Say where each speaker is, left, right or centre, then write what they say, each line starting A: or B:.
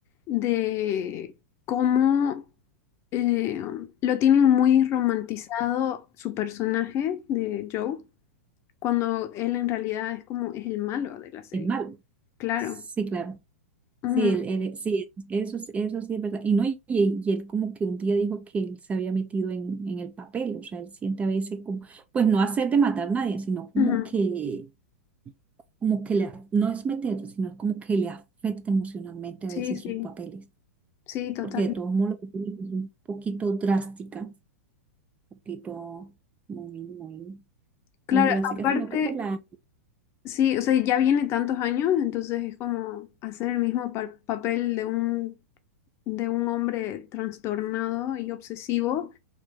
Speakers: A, on the left; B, on the right.
A: de cómo eh, lo tienen muy romantizado su personaje de Joe, cuando él en realidad es como es el malo de la serie.
B: es malo.
A: Claro.
B: Sí, claro.
A: Ujú,
B: Sí, él, él- sí, eso, es- eso sí es verdad. Y no, y, y él como que un día dijo que él se había metido en, en el papel, o sea, él siente a veces como, pues no hacer de matar a nadie, sino como
A: ujú.
B: que como que le, af- no es meter, sino como que le afecta emocionalmente
A: Sí,
B: a veces
A: sí,
B: sus papeles,
A: sí, total.
B: porque de todos modos lo que tú dices es un poquito drástica, un poquito muy, muy,
A: Claro,
B: muy drástica,
A: aparte...
B: sino que pues la,
A: Sí, o sea, ya viene tantos años, entonces es como hacer el mismo par- papel de un, de un hombre trastornado y obsesivo.